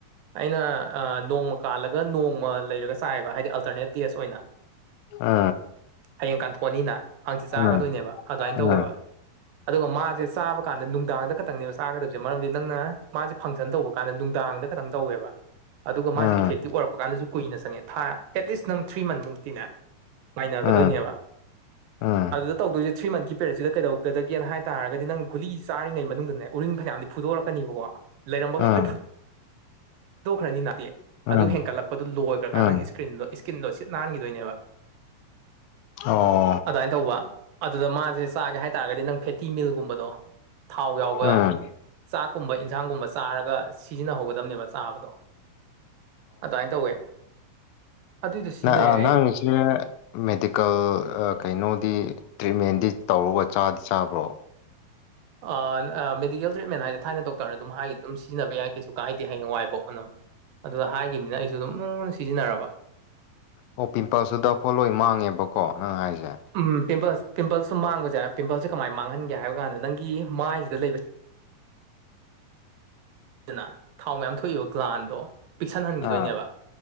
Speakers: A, on the right; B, on the left.
A: ꯑꯩꯅ ꯑꯥ ꯅꯣꯡꯃ ꯀꯥꯜꯂꯒ ꯅꯣꯡꯃ ꯂꯩꯔꯒ ꯆꯥꯏꯕ ꯍꯥꯏꯗꯤ ꯑꯜꯇꯔꯅꯦꯠ ꯗꯦꯖ ꯑꯣꯏꯅ
B: ꯑꯥ
A: ꯍꯌꯦꯡ ꯀꯥꯟꯊꯣꯛꯑꯅꯤꯅ ꯍꯪꯆꯤꯠ ꯆꯥꯒꯗꯣꯏꯅꯦꯕ
B: ꯑꯥ
A: ꯑꯗꯨꯃꯥꯏꯅ ꯇꯧꯋꯦꯕ
B: ꯑꯥ
A: ꯑꯗꯨꯒ ꯃꯥꯁꯦ ꯆꯥꯕ ꯀꯥꯟꯗ ꯅꯨꯡꯗꯥꯡꯗ ꯈꯛ ꯈꯛꯇꯪꯅꯦꯕ ꯆꯥꯒꯗꯕꯁꯦ ꯃꯔꯝꯗꯤ ꯅꯪꯅ ꯃꯥꯁꯦ ꯐꯪꯁꯟ ꯇꯧꯕ ꯀꯥꯟꯗ ꯅꯨꯡꯗꯥꯡꯗ ꯈꯛꯇꯪ ꯇꯧꯋꯦꯕ ꯑꯗꯨꯒ ꯃꯥꯁꯦ
B: ꯑꯥ
A: ꯏꯐꯦꯛꯇꯤꯞ ꯑꯣꯏꯔꯛꯄ ꯀꯥꯟꯗꯁꯨ ꯀꯨꯏꯅ ꯆꯪꯉꯦ ꯊꯥ ꯑꯦꯠꯂꯤꯁ ꯅꯪ ꯊ꯭ꯔꯤ ꯃꯟꯊ ꯃꯨꯛꯇꯤꯅꯦ ꯉꯥꯏꯅꯒꯗꯣꯏꯅꯦꯕ
B: ꯑꯥ ꯑꯥ
A: ꯑꯗꯨꯗ ꯇꯧꯗꯣꯏꯁꯦ ꯊ꯭ꯔꯤ ꯃꯟꯊꯀꯤ ꯄꯦꯔꯦꯠꯁꯤꯗ ꯀꯩꯗꯧꯒꯗꯒꯦꯅ ꯍꯥꯏ ꯇꯥꯔꯒꯗꯤ ꯅꯪ ꯒꯨꯂꯤ ꯆꯥꯔꯤꯉꯩ ꯃꯅꯨꯡꯗꯅꯦ ꯎꯔꯤꯡ ꯐꯅꯌꯥꯝꯗꯤ ꯐꯨꯗꯣꯔꯛꯀꯅꯤꯕꯀꯣ ꯂꯩꯔꯝꯕꯒꯩ
B: ꯎꯝ
A: ꯂꯣꯏ ꯐꯨꯗꯣꯛꯈ꯭ꯔꯅꯤꯅꯥ
B: ꯎꯝ
A: ꯑꯗꯨ ꯍꯦꯟꯀꯠꯂꯛꯄꯗꯨ ꯂꯣꯏꯒ꯭ꯔꯀꯥꯟ
B: ꯎꯝ
A: ꯅꯪ ꯏꯁꯀꯤꯟꯗꯣ ꯏꯁ ꯀꯤꯟꯗꯣ ꯁꯤꯠ ꯅꯥꯟꯈꯤꯗꯣꯏꯅꯦꯕ
B: ꯑꯣ
A: ꯑꯗꯥꯏꯅ ꯇꯧꯕ ꯑꯗꯨꯗ ꯃꯥꯖꯦ ꯆꯥꯒꯦ ꯍꯥꯏꯇꯥꯔꯒꯗꯤ ꯅꯪ ꯐꯦꯇꯤ ꯃꯤꯜꯒꯨꯝꯕꯗ ꯗꯣ ꯊꯥꯎ ꯌꯥꯎꯕ
B: ꯎꯝ
A: ꯆꯥꯛꯀꯨꯝꯕ ꯏꯟꯖꯥꯡꯒꯨꯝꯕ ꯆꯥꯔꯒ ꯁꯤꯖꯤꯟꯅꯍꯧꯒꯗꯕꯅꯦꯕ ꯆꯥꯕꯗꯣ ꯑꯗꯥꯏꯅ ꯇꯧꯋꯦ ꯑꯗꯨꯏꯗꯣ ꯁꯤꯖꯤꯟꯅꯩ
B: ꯅꯪ ꯑꯥ
A: ꯑꯩ
B: ꯅꯪꯒꯤꯁꯦ ꯃꯦꯗꯤꯀꯦꯜ ꯑꯥ ꯀꯩꯅꯣꯗꯤ ꯇ꯭ꯔꯤꯠꯃꯦꯟꯗꯤ ꯇꯧꯔꯒ ꯆꯥꯗꯤ ꯆꯥꯕ꯭ꯔꯣ
A: ꯑꯥ ꯃꯦꯗꯤꯀꯦꯜ ꯇ꯭ꯔꯤꯠꯃꯦꯟ ꯍꯥꯏꯁꯦ ꯊꯥꯏꯅ ꯗꯣꯛꯇꯔꯅ ꯑꯗꯨꯝ ꯍꯥꯏꯒꯤꯗ ꯑꯗꯨꯝ ꯁꯤꯖꯤꯟꯅꯕ ꯌꯥꯏ ꯀꯩꯁꯨ ꯀꯥꯗꯦ ꯍꯌꯦꯡꯋꯥꯏ ꯕꯥꯎ ꯑꯅ ꯑꯗꯨꯗ ꯍꯥꯏꯒꯤꯕꯅꯤꯅ ꯑꯩꯁꯨ ꯑꯗꯨꯝ ꯂꯨꯅ ꯁꯤꯖꯤꯟꯅꯔꯕ
B: ꯑꯣ ꯄꯤꯝꯄꯜꯁꯨ ꯗꯥꯛꯐꯣ ꯂꯣꯏ ꯃꯥꯡꯉꯦꯕꯀꯣ ꯅꯪ ꯍꯥꯏꯁꯦ
A: ꯎꯝ ꯄꯤꯝꯄꯜꯁ ꯄꯤꯝꯄꯜꯁꯦ ꯃꯥꯡꯕꯁꯦ ꯄꯤꯝꯄꯜꯁꯦ ꯀꯃꯥꯏꯅ ꯃꯥꯡꯍꯟꯒꯦ ꯍꯥꯏꯕ ꯀꯥꯟꯗ ꯅꯪꯒꯤ ꯃꯥꯏꯁꯤꯗ ꯂꯩꯕ ꯑꯗꯨꯅ ꯊꯥꯎ ꯃꯌꯥꯝ ꯊꯣꯛꯏꯕ ꯒ꯭ꯂꯥꯟꯗꯣ ꯄꯤꯛꯁꯟꯍꯟꯈꯤꯗꯣꯏꯅꯦꯕ
B: ꯑꯥ